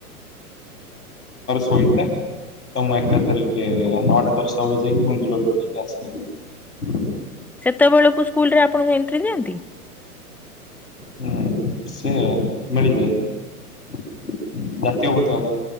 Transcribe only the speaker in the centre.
ସେତେବେଳକୁ ସ୍କୁଲରେ ଆପଣ ଙ୍କୁ ଏଣ୍ଟ୍ରି ଯାଆନ୍ତି।